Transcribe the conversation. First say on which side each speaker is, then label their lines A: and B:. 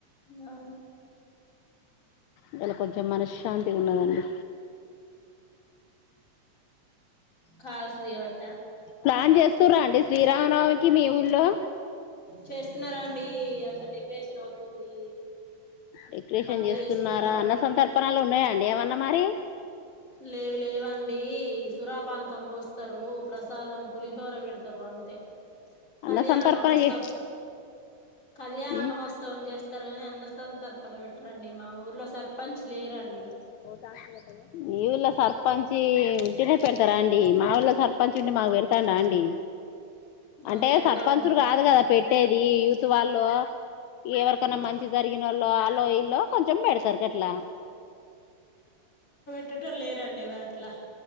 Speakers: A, on the left; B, on the left.
A: నా
B: ఇయాల కొంచెం మనశ్శాంతిగా ఉన్నదండి
A: కాల్స్ జెబ
B: ప్లాన్ చేస్తరా అండి శ్రీరామనవమికి మీ ఊళ్లో
A: చేస్తున్నారు అండి అంత డెకరేషన్ అవుతుంది
B: డెకరేషన్
A: పందిరి
B: చేస్తున్నారా
A: వేస్తున్నారు
B: అన్న
A: ఆ
B: సంతర్పణలు ఉన్నాయాండి ఏమన్నా మరి
A: లేవు లేవండి సురాపానకం పోస్తారు ప్రసాదం పులిహోర పెడతారు తరు అంతే కళ్యాణ
B: అన్న సంతర్పణ
A: మహోత్సవ్
B: చే
A: కళ్యాణ
B: ఉమ్
A: మహోత్సవం చేస్తారు గాని అన్నస్థానం తరపనం పెట్టరండి మా ఊర్లో సర్పంచ్ లేరండి
B: <unintelligible> మీఊళ్ళ సర్పంచ్ ఉంటినే పెడతారా అండి మా ఊళ్ళలో సర్పంచ్ ఉంటే మాకు పెడతాడా అండి
A: మాకు
B: అంటే
A: పెట్టరండి
B: సర్పంచులు కాదు కదా పెట్టేది యూత్ వాళ్ళు ఎవరికైన్నా మంచి జరిగిన వాళ్ళు వాలో ఇల్ లో కొంచెం పెడతారు గట్లా
A: పెట్టేటోళ్లు లేరండి ఎవరు అట్లా